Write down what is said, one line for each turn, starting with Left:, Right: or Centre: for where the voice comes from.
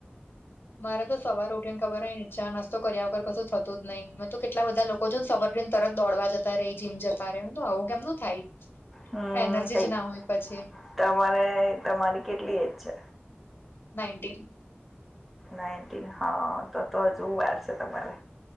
Left: મારે તો સવાર ઉઠી ને ખબર નઈ ચા નાસ્તો કર્યા વગર કશું થતું જ નહી મેં તો કેટલા બધા લોકો સરને તરત દોડવા જતા રે જીમ જતા રે તો આવું કેમ નું થાય
Centre: હમ
Left: એનર્જી
Centre: સઈ
Left: જ ના હોય પછી
Centre: તમારે તમારી કેટલી એજ છે
Left: નાઇન્ટીન
Centre: નાઇનટીન હા તો તો હજુ વાર છે તમારે